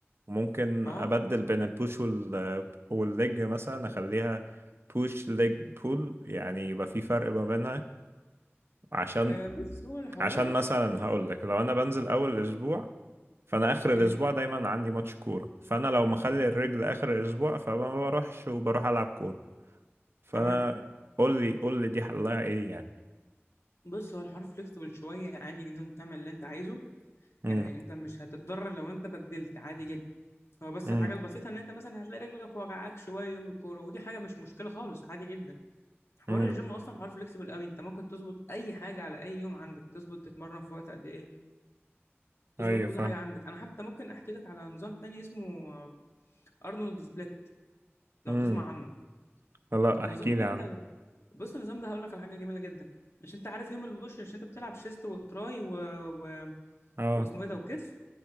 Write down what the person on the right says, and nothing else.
وممكن
أبدل بين البوش وال والليج مثلا أخليها بوش ليج بول يعني يبقى في فرق ما بينها عشان
عشان مثلا هقول لك لو انا بنزل اول الاسبوع فانا اخر
الاسبوع دايما عندي ماتش كوره فانا لو مخلي الرجل اخر الاسبوع فما بروحش وبروح العب كوره فانا
قول لي قول لي دي حلها ايه يعني
امم
امم
امم
ايوه
فاهم
امم
لا
احكي لي
عن
اه